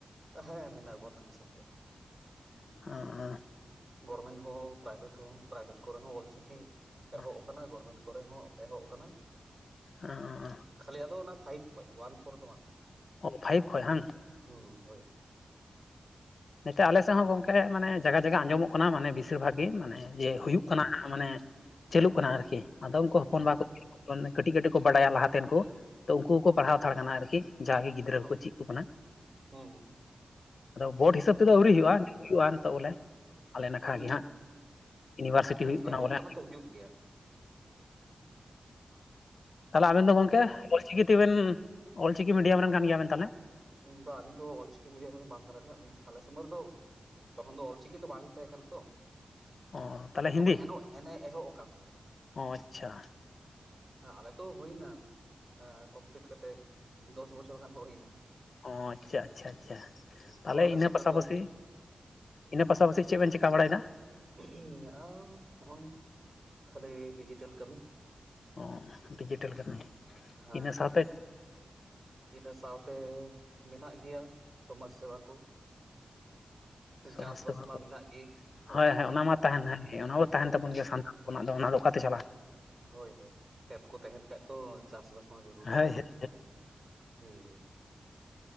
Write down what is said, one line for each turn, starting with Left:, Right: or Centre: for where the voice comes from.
Right: ᱦᱮᱸ ᱢᱮᱱᱟᱜᱼᱟ ᱜᱚᱨᱢᱮᱱᱴ ᱦᱤᱥᱟᱹᱵ ᱛᱮ ᱾
Left: <unintelligible>
Right: ᱜᱚᱨᱢᱮᱱᱴ ᱦᱚᱸ ᱯᱨᱟᱭᱵᱷᱮᱴ ᱦᱚᱸ ᱯᱨᱟᱭᱵᱷᱮᱴ ᱠᱚᱨᱮ ᱦᱚᱸ ᱚᱞᱪᱤᱠᱤ
Left: ᱦᱮᱸ
Right: ᱮᱦᱚᱵ ᱠᱟᱱᱟ ᱜᱚᱨᱢᱮᱱᱴ ᱠᱚᱨᱮ ᱦᱚᱸ ᱮᱦᱚᱵ ᱠᱟᱱᱟ᱾
Left: <unintelligible>
Right: ᱠᱷᱟᱹᱞᱤ ᱟᱫᱚ ᱚᱱᱟ ᱯᱷᱟᱭᱤᱵᱽ ᱠᱷᱚᱡ ᱚᱣᱟᱱ ᱯᱷᱳᱨ ᱫᱚ ᱵᱟᱝ ᱾
Left: ᱚ ᱯᱷᱟᱭᱤᱵᱷ ᱠᱷᱚᱡ ᱵᱟᱟᱝ
Right: ᱦᱩᱸ ᱦᱳᱭ
Left: ᱱᱤᱛᱚᱜ ᱟᱞᱮ ᱥᱮᱫ ᱦᱚᱸ ᱜᱚᱝᱠᱮ ᱢᱟᱱᱮ ᱡᱟᱭᱜᱟ ᱡᱟᱭᱜᱟ ᱟᱸᱡᱚᱢᱚᱜ ᱠᱟᱱᱟ ᱢᱟᱱᱮ ᱵᱮᱥᱤᱨ ᱵᱷᱟᱜᱽ ᱜᱮ ᱢᱟᱱᱮ ᱡᱮ
Right: ᱦᱩᱸ
Left: ᱦᱩᱭᱩᱜ ᱠᱟᱱᱟ ᱢᱟᱱᱮ ᱪᱟᱹᱞᱩᱜ ᱠᱟᱱᱟ ᱟᱨᱠᱤ ᱟᱫᱚ ᱩᱱᱠᱩ ᱦᱚᱯᱚᱱ
Right: ᱦᱩᱸ ᱦᱩᱸ
Left: ᱵᱟᱠᱚ ᱠᱟᱹᱴᱤᱡ ᱠᱟᱹᱴᱤᱡ ᱠᱚ ᱵᱟᱲᱟᱭᱟ ᱞᱟᱦᱟᱛᱮᱱ ᱠᱚ ᱛᱚ ᱩᱱᱠᱩ ᱦᱚᱸᱠᱚ ᱯᱟᱲᱦᱟᱣ ᱦᱟᱱᱛᱟᱲ ᱠᱟᱱᱟ ᱟᱨᱠᱤ ᱡᱟᱜᱮ ᱜᱤᱫᱽᱨᱟᱹ ᱠᱚᱠᱚ
Right: ᱚ
Left: ᱪᱮᱫ ᱟᱠ ᱠᱟᱱᱟ ᱾
Right: ᱦᱩᱸ ᱦᱩᱸ
Left: ᱟᱫᱚ ᱵᱳᱴ ᱦᱤᱥᱟᱹᱵ ᱛᱮᱫᱚ ᱟᱹᱣᱨᱤ ᱦᱩᱭᱩᱜᱼᱟ, ᱦᱩᱭᱩᱜᱼᱟ ᱱᱤᱛᱚᱜ ᱵᱚᱞᱮ ᱟᱞᱮ ᱱᱟᱠᱷᱟ
Right: ᱦᱩᱸ
Left: ᱜᱮ
Right: ᱦᱩᱸ
Left: ᱦᱟᱸᱜ᱾ ᱤᱭᱩᱱᱤᱵᱷᱟᱨᱥᱤᱴᱤ
Right: ᱦᱩᱸ
Left: ᱦᱩᱭᱩᱜ ᱠᱟᱱᱟ
Right: ᱮᱦᱚᱵ
Left: ᱵᱚᱞᱮ, ᱦᱮᱸ
Right: ᱛᱚ ᱦᱩᱭᱩᱜ ᱜᱮᱭᱟ
Left: ᱛᱟᱦᱚᱞᱮ ᱟᱵᱮᱱ ᱫᱚ
Right: ᱛᱚᱵᱮ
Left: ᱜᱚᱝᱠᱮ ᱚᱞᱪᱤᱠᱤ ᱛᱮᱵᱮᱱ ᱚᱞᱪᱤᱠᱤ ᱢᱤᱰᱤᱭᱟᱢ ᱨᱮᱱ ᱠᱟᱱ ᱜᱮᱭᱟ ᱵᱮᱱ ᱛᱟᱦᱚᱞᱮ
Right: ᱩᱱᱫᱚ ᱟᱞᱤᱧ ᱫᱚ ᱚᱞᱪᱤᱠᱤ ᱢᱤᱰᱤᱭᱟ ᱨᱮᱱ ᱫᱚ ᱵᱟᱝ ᱠᱟᱱᱟ ᱞᱤᱧ ᱟᱞᱮ ᱥᱚᱢᱭ ᱨᱮ ᱫᱚ ᱛᱚᱠᱷᱚᱱ ᱫᱚ ᱚᱞᱪᱤᱠᱤ ᱛᱚ ᱵᱟᱝ ᱛᱟᱦᱮᱸ ᱠᱟᱱᱟ ᱛᱚ
Left: ᱚ ᱛᱟᱦᱚᱞᱮ
Right: ᱛᱚᱠᱷᱚᱱ
Left: ᱦᱤᱱᱫᱤ
Right: ᱮᱱᱚ ᱮᱱᱮ ᱮᱦᱚᱵ ᱟᱠᱟᱱ ᱛᱟᱦᱮᱸᱱ
Left: ᱚ ᱟᱪᱪᱷᱟ
Right: ᱟᱸ ᱟᱞᱮ ᱛᱚ ᱦᱩᱭ ᱮᱱᱟ ᱮᱸ ᱠᱚᱢᱯᱞᱤᱴ ᱠᱟᱛᱮᱜ ᱫᱚᱥ ᱵᱚᱪᱷᱚᱨ ᱜᱟᱱ ᱦᱩᱭ ᱮᱱᱟ᱾
Left: ᱚ ᱟᱪᱪᱷᱟ ᱟᱪᱪᱷᱟ ᱟᱪᱪᱷᱟ ᱛᱟᱞᱦᱮ
Right: ᱛᱚ ᱟᱞᱮ
Left: ᱤᱱᱟᱹ
Right: ᱥᱚᱢᱚᱭ
Left: ᱯᱟᱥᱟᱯᱟᱥᱤ
Right: ᱨᱮᱫᱚ
Left: ᱤᱱᱟ ᱯᱟᱥᱟ ᱯᱟᱥᱤ ᱪᱮ ᱵᱮᱱ ᱪᱮᱠᱟ ᱵᱟᱲᱟᱭ ᱫᱟ?
Right: ᱟᱨ ᱱᱚᱜᱼᱚᱭ ᱠᱷᱟᱹᱞᱤ ᱰᱤᱡᱤᱴᱮᱞ ᱠᱟᱹᱢᱤ
Left: ᱚ ᱰᱤᱡᱤᱴᱮᱞ ᱠᱟᱹᱢᱤ
Right: ᱦᱮᱸ
Left: ᱤᱱᱟᱹ ᱥᱟᱶᱛᱮ
Right: ᱤᱱᱟᱹ ᱥᱟᱶᱛᱮ ᱢᱮᱱᱟᱜ ᱜᱮᱭᱟ ᱥᱚᱢᱟᱡᱽ ᱥᱮᱵᱟ ᱠᱚ ᱾
Left: ᱥᱚᱢᱟᱡᱽ
Right: ᱪᱟᱥ ᱵᱟᱥ
Left: ᱥᱮᱵᱟ
Right: ᱢᱟ
Left: ᱠᱚ
Right: ᱢᱮᱱᱟᱜ ᱜᱮ᱾
Left: ᱦᱳᱭ
Right: ᱚᱲᱟᱜ
Left: ᱦᱮᱸ
Right: ᱠᱚᱨᱮᱱᱟᱜ
Left: ᱚᱱᱟ ᱢᱟ ᱛᱟᱦᱮᱱᱟᱜ ᱜᱮ ᱚᱱᱟ ᱢᱟ ᱛᱟᱦᱮᱱ
Right: ᱦᱳᱭ
Left: ᱛᱟᱵᱚᱱ ᱜᱮᱭᱟ ᱥᱟᱱᱛᱟᱲ ᱦᱚᱯᱚᱱᱟᱜ ᱫᱚ ᱚᱱᱟ ᱫᱚ ᱚᱠᱟᱛᱮ ᱪᱟᱞᱟᱜᱼᱟ᱾
Right: ᱦᱳᱭ ᱦᱳᱭ ᱠᱷᱮᱛ ᱠᱚ ᱛᱟᱦᱮᱱ ᱠᱷᱟᱡ ᱛᱚ ᱪᱟᱥ ᱵᱟᱟᱥ ᱢᱟ ᱡᱚᱨᱩᱨᱤ
Left: ᱦᱳᱭ
Right: ᱠᱟᱱᱟ᱾
Left: ᱦᱳᱭ
Right: ᱦᱩᱸ